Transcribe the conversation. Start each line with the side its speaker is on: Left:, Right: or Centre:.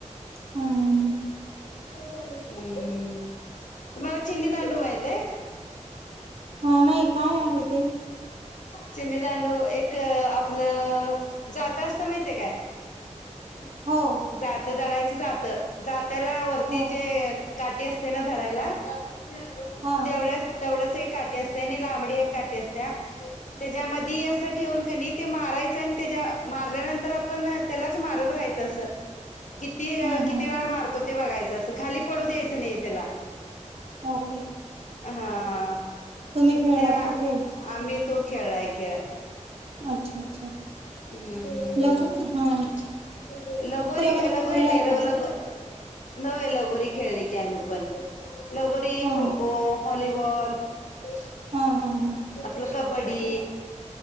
Right: हम्म
Left: चिन्नीदांडू हम्म तुम्हाला चिनीदांडू माहितेय?
Right: हा नाही काय आहे ते?
Left: चिनी दांडू एक आपलं जातं असतय माहितेय काय? ह <inaudible>
Right: हो.
Left: जात दळायचं जात, जात्याला वरती
Right: हो
Left: जे काठी असते ना धरायला <unintelligible>
Right: हा
Left: तेवढ्याच तेवढंच एक काटी असत्या आणि लांबडी एक काठी असत्या. तेज्यामधी असं ठेवून कनी ते मारायचं आणि तेज्या मारल्यानंतर आपण तेलाच मारत राहायचं असं. किती
Right: हम्म
Left: -किती
Right: हम्म
Left: वेळा मारतो ते बघायचं असं खाली पडू द्यायचं नाही तेला.
Right: ओके
Left: हा...
Right: तुम्ही खेळलात
Left: त्या
Right: तो खेळ
Left: आम्ही तो खेळाय खेळ.
Right: अच्छा अच्छा
Left: हम्म
Right: लगो
Left: <unintelligible>
Right: हा
Left: <inaudible> लगोरी
Right: वगैरे
Left: -लगोरी
Right: खेळलाय
Left: नाही,
Right: का?
Left: लगो नव्हे लगोरी खेळली की आम्ही पण <inaudible> लगोरी,
Right: हा
Left: खो- खो, हॉलीबॉल <inaudible>
Right: हा हा हा.
Left: आपलं <inaudible> बड्डी